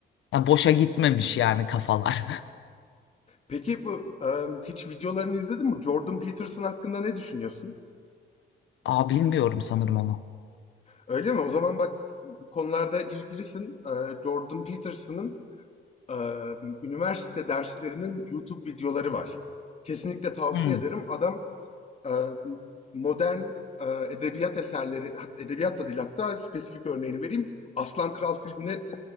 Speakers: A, on the left; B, on the left.
A: Ha, boşa gitmemiş yani kafalar.
B: Peki bu emm, hiç videolarını izledin mi? Jordan Peterson hakkında ne düşünüyorsun?
A: <laughs> Aa bilmiyorum sanırım onu.
B: Öyle mi? O zaman bak bu konularda ilgilisin. Eee, Jordan Peterson'ın eee, üniversite derslerinin YouTube videoları var. Kesinlikle tavsiye
A: Hmm,
B: ederim. Adam e, modern e, edebiyat eserleri, hat- edebiyat da değil hatta spesifik örneğini vereyim. Aslan Kral filmini e,